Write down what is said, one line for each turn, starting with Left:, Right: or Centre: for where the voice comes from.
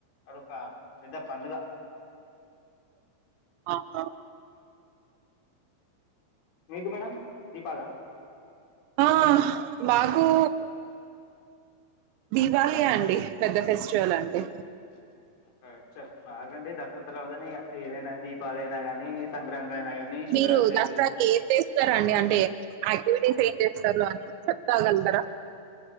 Left: అదొక పెద్ద పండుగ
Right: అవునా
Left: మీకు మేడం దీపాళ
Right: ఆ మాకు దివాళియే అండి పెద్ద ఫెస్టివల్ అంటే
Left: <inaudible> అచ్చ మాకంటే దసరా తర్వాతనే ఇగ ఏదైనా దీపాలైన కానీ సంక్రాంతి అయినా కానీ శివరాత్రి
Right: మీరు
Left: అయినా
Right: దసరాకి
Left: కానీ
Right: ఏం చేస్తారండి అంటే యాక్టివిటీస్ ఏం చేస్తారు అని చె రాగలుగుతారా